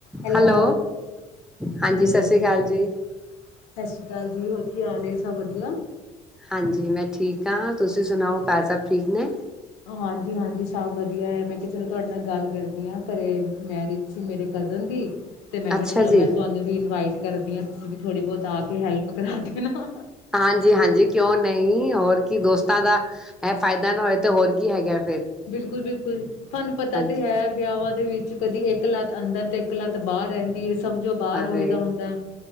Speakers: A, on the left (about 70°); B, in the centre.
A: ਹੈਲੋ-ਹੈਲੋ
B: Hello ਹਾਂਜੀ ਸਤਿ ਸ਼੍ਰੀ
A: ਹਾਂ,
B: ਅਕਾਲ
A: ਸਤਿ
B: ਜੀ
A: ਸ੍ਰੀ ਅਕਾਲ ਜੀ ਹੋਰ ਕੀ ਹਾਲ ਏ, ਸਭ ਵਧੀਆ।
B: ਹਾਂਜੀ, ਮੈਂ ਠੀਕ ਹਾਂ, ਤੁਸੀਂ ਸੁਣਾਓ ਘਰ ਸਭ ਠੀਕ ਨੇ।
A: ਹਾਂਜੀ-ਹਾਂਜੀ ਸਭ ਵਧੀਆ ਹੈ ਮੈਂ ਕਿਹਾ ਚਲੋ ਤੁਹਾਡੇ ਨਾਲ ਗੱਲ ਕਰਦੀ ਹਾਂ ਘਰੇ ਮੈਰਿਜ ਸੀ ਮੇਰੇ ਕਜ਼ਨ ਦੀ ਤੇ ਮੈਂ ਕਿਹਾ
B: ਅੱਛਾ
A: ਚਲੋ
B: ਜੀ,
A: ਮੈਂ ਤੁਹਾਨੂੰ ਵੀ ਇਨਵਾਈਟ ਕਰਦੀ ਹਾਂ ਤੁਸੀਂ ਵੀ ਥੋੜ੍ਹੀ ਬਹੁਤ ਆ ਕੇ ਹੈਲਪ ਕਰਾ ਦੇਣਾ
B: ਹਾਂਜੀ-ਹਾਂਜੀ ਕਿਉਂ ਨਹੀਂ ਹੋਰ ਕੀ ਦੋਸਤਾਂ ਦਾ ਹੈ ਫਾਇਦਾ ਨੇ ਤੇ ਹੋਰ ਕੀ ਕੀ ਹੈਗਾ ਏ।
A: ਬਿਲਕੁਲ ਬਿਲਕੁਲ ਤੁਹਾਨੂੰ ਪਤਾ
B: ਹਾਂਜੀ
A: ਤੇ ਹੈ ਵਿਆਹਾਂ ਦੇ ਵਿੱਚ ਕਦੀ ਇੱਕ ਲੱਤ ਅੰਦਰ ਤੇ ਇਕਲਾੱਤ ਬਾਹਰ ਰਹਿੰਦੀ ਹੈ ਸਮਝੋ ਬਾਹਰ
B: ਅਰੇ
A: ਹੋਏ ਦਾ ਹੁੰਦਾ